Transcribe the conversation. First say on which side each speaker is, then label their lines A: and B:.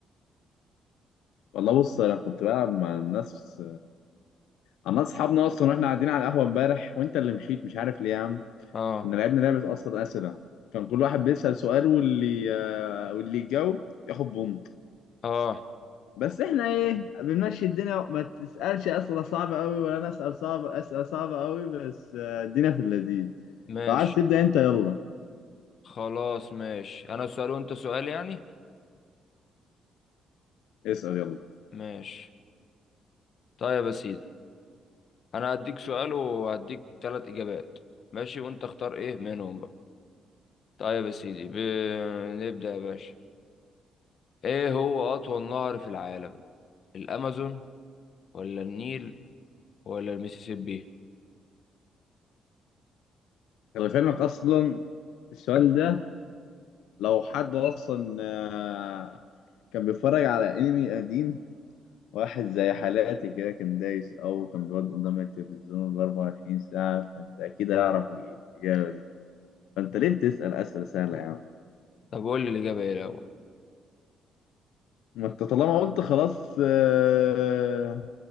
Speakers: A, on the left (about 85°); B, on the left (about 55°).
A: والله بص انا كنت بلعب مع الناس انا اصحابنا اصلا واحنا قاعدين على القهوه امبارح وانت اللي مشيت مش عارف ليه يا عم
B: آه
A: كنا لعبنا لعبه اصلا اسئله كان كل واحد بيسال سؤال واللي آه، واللي يجاوب ياخد بونت
B: آه
A: بس احنا ايه بنمشي الدنيا ما تسالش اسئله صعبه قوي ولا انا اسال صعب اسئله صعبه قوي بس آه، الدنيا في اللذيذ
B: ماشي
A: لو عايز تبدا انت يلا
B: خلاص ماشي أنا سؤال وأنت سؤال يعني
A: اسال يلا
B: ماشي طيب يا سيدي أنا هديك سؤال وهديك تلات إجابات ماشي وأنت اختار إيه منهم بقى طيب يا سيدي ب... نبدأ يا باشا ايه هو اطول نهر في العالم الامازون ولا النيل ولا الميسيسيبي
A: خلي في علمك اصلا السؤال ده لو حد اصلا آه، كان بيتفرج على انمي قديم واحد زي حالاتي كده كان دايس أو كان بيقعد قدام التلفزيون الأربعة وعشرين ساعة فأنت أكيد هيعرف الإجابة دي فأنت ليه بتسأل أسئلة سهلة يا عم؟
B: طب قول لي الاجابه ايه الاول
A: ما أنت طالما قلت خلاص آه،